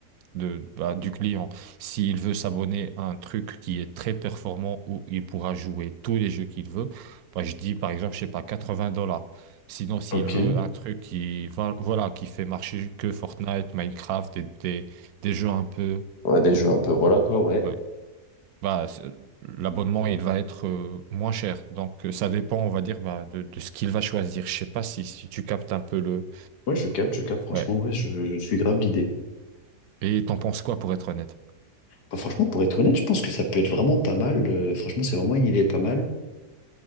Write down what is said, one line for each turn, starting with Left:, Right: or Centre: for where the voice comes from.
Right: de, bah, du client. S'il veut s'abonner à un truc qui est très performant où il pourra jouer tous les jeux qu'il veut, bah je dis par exemple, je sais pas, 80 dollars. Sinon, s'il
Left: Ok.
Right: veut un truc qui, va- voilà, qui fait marcher que Fortnite, Minecraft, des, des, des jeux un peu.
Left: Ouais, des jeux un peu, voilà quoi, ouais.
Right: euh, bah, c'est- l'abonnement, il va être euh, moins cher. Donc, euh, ça dépend, on va dire, bah, de, de ce qu'il va choisir. Je sais pas si, si tu captes un peu le...
Left: Ouais, je capte, je capte, franchement,
Right: Ouais.
Left: ouais, je, je suis grave l'idée.
Right: Et t'en penses quoi, pour être honnête?
Left: Bah, franchement, pour être honnête, je pense que ça peut être vraiment pas mal. euh, franchement, c'est vraiment une idée pas mal.